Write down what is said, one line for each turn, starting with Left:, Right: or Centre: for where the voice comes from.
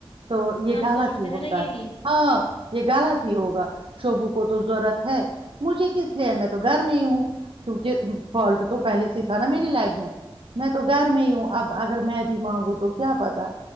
Right: تو یہ
Left: ہم
Right: غلط
Left: سوچتے
Right: ہی
Left: ہیں
Right: ہوتا
Left: نا یہی
Right: ہے ہاں یہ غلط ہوگا شوبو کو تو ضرورت ہے مجھے کس لیے میں تو گھر میں ہی ہوں کیونکہ فالٹ تو پہلے سے تھا نا میری لگ میں میں تو گھر میں ہی ہوں اب اگر میں بھی مانگوں تو کیا پتا